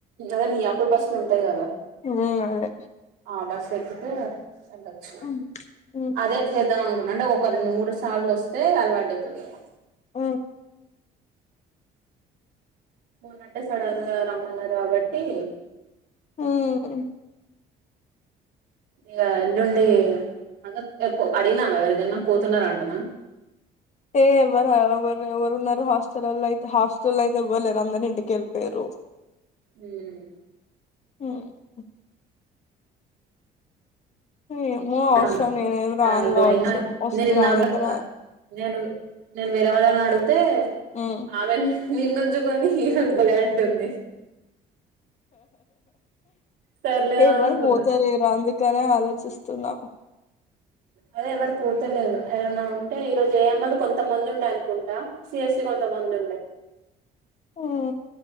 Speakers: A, on the right; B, on the left.
A: అదే మీయాపూర్ బస్సులు ఉంటాయి గదా
B: ఉహ్మ్ వాళ్ళే
A: ఆ బస్ ఎక్కితే వెళ్ళొచ్చు
B: హ్మ్. హ్మ్.
A: అదే చేద్దాం అనుకున్న అంటే ఒక రెండు మూడుస్ తాలోస్తే అలవాటాయితది గదా
B: ఉహ్
A: ఉన్నాటే సడన్ గా రమ్మన్నారు గాబట్టి
B: హ్మ్.
A: ఇగా ఎల్లుండి ఆగప్ ఎపో అడిగినావా ఎవరిదన్న పోతున్నార్ అంటనా
B: ఏ ఎవరా ఎవరు ఎవరు ఉన్నారు హాస్టల్లైతే హాస్టలో అయితే ఏవర్లేరు అందరి ఇంటికి ఏళ్ళిపోయిర్రు.
A: ఉహ్మ్
B: ఉహ్ ఏమో
A: <unintelligible>
B: అవసరం నేనేం రాను
A: ఆల్లు
B: కావచ్చు
A: అయినా
B: వస్తే
A: మరి <unintelligible>
B: రానైతే రా
A: నేనుగు నేను వేరే వాళ్ళని అడిగితే
B: ఉమ్
A: ఆమె నిన్నుంచుకొని రుబ్బలే అంటుంది సర్లే
B: ఎవరు
A: అనుకున్నా
B: పోతలేరు అందుకనే ఆలోచిస్తున్నా
A: అదే ఎవరి పోతేలేదు ఎవరన్నా ఉంటే ఈ రోజు ఏయమ్మలు కొంతమంది ఉండయ్ అనుకుంటా సిస్ఇ కొంత మంది ఉండే
B: ఉమ్